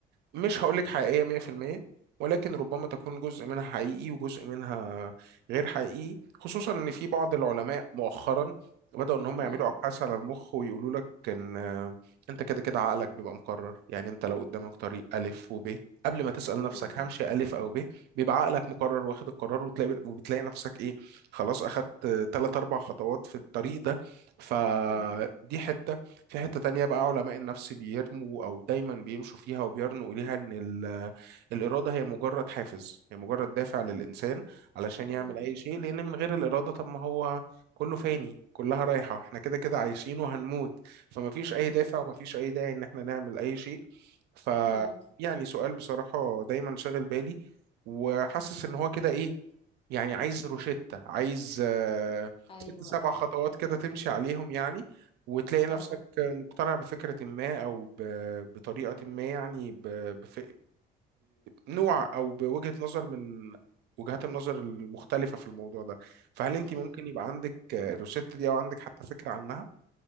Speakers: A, on the right (about 80°); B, on the left (about 30°).
A: مش هقولك حقيقية 100% ولكن ربما تكون جزء منها حقيقي وجزء منها غير حقيقي خصوصا ان في بعض العلماء مؤخرا بدأوا ان هم
B: مم،
A: يعملوا ابحاث على المخ ويقولوا لك ان آه، انت كده كده عقلك بيبقى مقرر يعني انت لو قدامك طريق الف وب قبل ما تسأل نفسك
B: مم،
A: همشي الف او ب بيبقى عقلك مقرر واخد القرار وتلاقي وبتلاقي نفسك ايه خلاص اخدت ثلاث اربع خطوات في الطريق ده فدي
B: مم،
A: حتة في حتة تانية بقى علماء النفس بيرموا أو دايما بيمشوا فيها وبيرنوا إليها إن ال- الإرادة هي مجرد حافز هي مجرد دافع للإنسان علشان يعمل
B: مم،
A: أي شيء لأن من غير الإرادة طب ما هو كله فاني كلها رايحة احنا كده كده عايشين وهنموت فما فيش أي
B: مم،
A: دافع وما فيش أي داعي إن احنا نعمل أي شيء ف
B: مم.
A: يعني سؤال بصراحة دايما شاغل بالي وحاسس إن هو كده إيه يعني عايز روشتة عايز آه،
B: ايوه
A: ست سبع
B: ايوه
A: خطوات كده تمشي عليهم يعني وتلاقي نفسك
B: اه
A: مقتنع بفكرة ما أو ب- بطريقة ما يعني ب- بف- بنوع أو بوجهة نظر من وجهات النظر المختلفة في الموضوع ده فهل أنت
B: ايوه
A: ممكن يبقى عندك الروشتة دي أو عندك حتى فكرة عنها؟